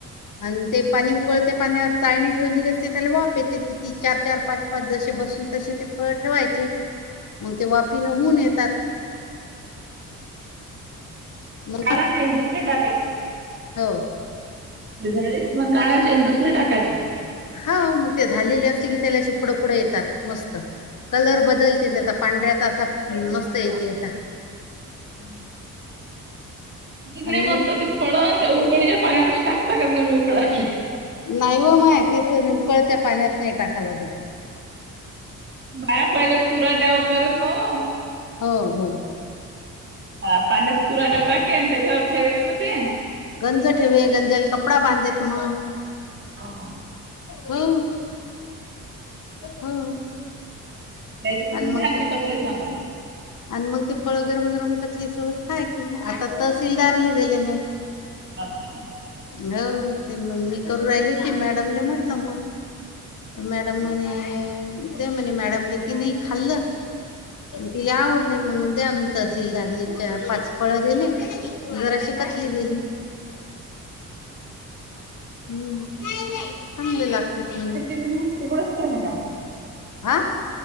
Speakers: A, on the left (about 60°); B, on the right (about 35°).
A: आणि, ते पाणी उकळते पाण्यावर चाळणी ठेवलेली असते त्याला वाफ येते ती चार, चार, पाच, पाच जसे बसून तसे ते फळ ठेवायची. मग, ते वाफी न होऊन येतात. मग
B: काढाचे दुसरे टाकायचे.
A: हो
B: झाले की मग काढाचे आणि दुसरे टाकायचे.
A: हाव मग, ते झालेले असते की ते अशी पुढं पुढं येतात मस्त. कलर बदलते ते आता पांढऱ्याचा असा मस्त येते आता.
B: हम्म. मी
A: आणि
B: काय म्हणतो,
A: मग
B: ते फळ त्या उकळीच्या पाण्यातच टाकता का तुम्ही उकळाले.
A: नाही व माय तिथ उकळत पाण्यात नाही टाकाय लागत ते.
B: बाया पहिल्या तुरड्यावर करत नव्हं
A: हो. हो.
B: हा, पाण्यात तूराटा टाके त्याच्यावर ठेवेेत ना ते
A: गंज ठेवे, गंजाला कपडा बांधेत मग.
B: हावू ना
A: हो. हो
B: त्याची संख्या
A: आणि मग
B: आची
A: ते
B: कसली सांगा.
A: आणि मग ती फळं गरम गरम कचली सोबत खायची, आता तहसीलदारला दिेले मी
B: बापा
A: हो ते मम्मी करू राहिली होती, मॅडमले म्हटलं मग. मॅडम, म्हणे दया म्हणे मॅडम ला तिने ही खाल्लं. तिला आवडले मग द्या मी तहसीलदारला पाच फळं दिले. जराशी कतली दिली. हम्म. चांगले लागतेत म्हणे,
B: केली मग तेवढंच केलं का?
A: हा